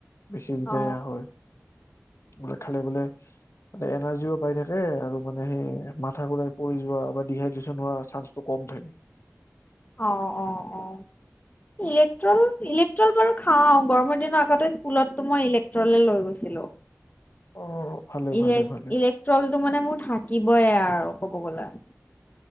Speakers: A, on the left; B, on the left.
A: বেছি <unintelligible>
B: অ
A: হয়। বোলে খালে বোলে- <unintelligible> এনাৰ্জিও পাই থাকে আৰু মানে সেই মাথা ঘুৰাই পৰি যোৱা বা ডিহাইড্ৰেচন হোৱা চান্সটো কম থাকে। <inaudible>
B: অ অ অ ইলেক্ট্ৰল, ইলেক্ট্ৰল বাৰু। খাওঁ গৰমৰ দিনৰ আগতে স্কুলতো মই ইলেক্ট্ৰলে লৈ গৈছিলো।
A: অ'। ভালে
B: ইলে
A: ভালে ভালে
B: ইলেক্ট্ৰলটো মানে মোৰ থাকিবই আৰু কব গলে।